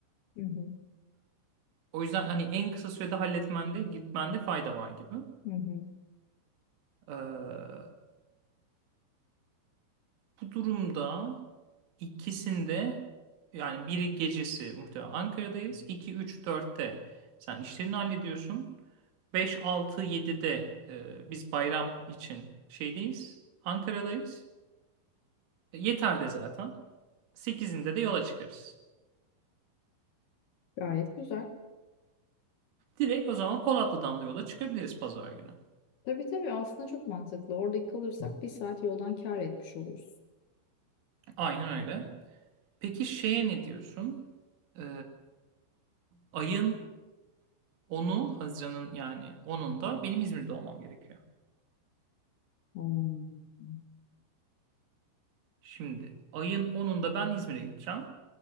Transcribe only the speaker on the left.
Hı hı,
hı hı.
Gayet güzel.
Tabii tabii aslında çok mantıklı. Orada kalırsak bir saat yoldan kâr etmiş oluruz.
Hmm.